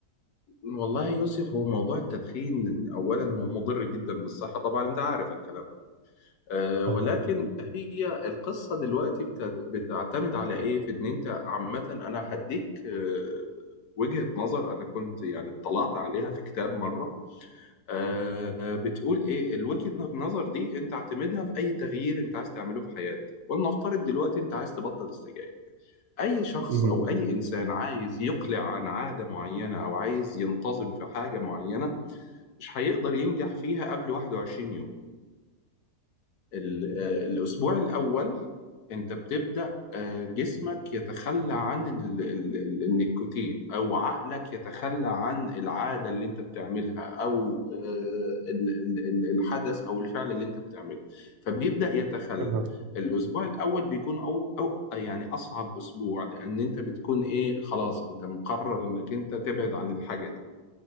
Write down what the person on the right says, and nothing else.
اه
مهم.
اه